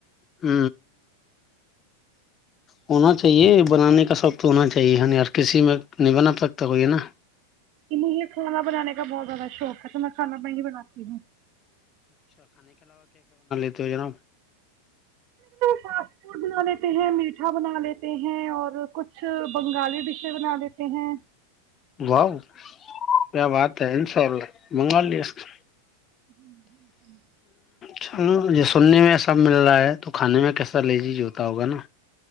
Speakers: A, on the left; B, on the right.
A: ہ ہونا چاہیے بنانے کا شوق تو ہونا چاہیے ہر کسی میں نہیں بنا سکتا کو یہ نا
B: مجھے کھانا بنانے کا بہت زیادہ شوق ہے تو میں کھانا میں ہی بناتی ہوں
A: تو ہو جناا <unintelligible>
B: فاسٹ فوڈ بنا لیتے ہیں میٹھا بنا لیتے ہیں اور کچھ بنگالی ڈشے بنا لیتے ہیں
A: وااو کیا بات ہے بنگالی اس <unintelligible>
B: ہ ہ <inaudible>
A: چ ج سننے میں سب مل رہا ہے تو کھانے میں کیسا لزیز ہوتا ہوگا نا